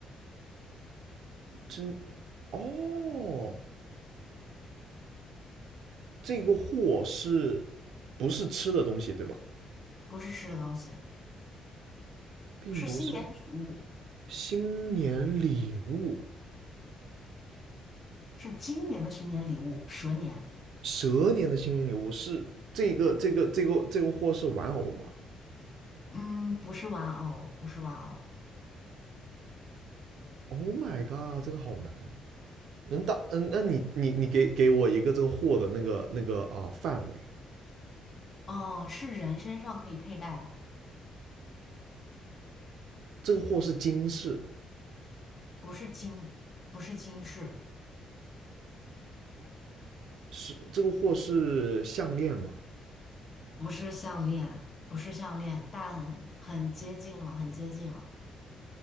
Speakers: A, on the right; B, on the left.
A: 真，哦，这个货是不是吃的东西对吧？
B: 不是吃的东西，
A: 并不是
B: 是新年礼物，
A: 新年礼物，
B: 是今年的新年礼物，蛇年。
A: 蛇年的幸运礼物是这个这个这个这个货是玩偶吗
B: 嗯，不是玩偶，不是玩偶，
A: ？Oh my god，这个好难。能当嗯，那你你你给给我一个这个货的那个那个啊、呃范围，
B: 哦，是人身上可以佩戴的，
A: 这个货是金饰，
B: 不是金，不是金饰，
A: 是这个货是项链吗？
B: 不是项链，不是项链，但很接近了，很接近了，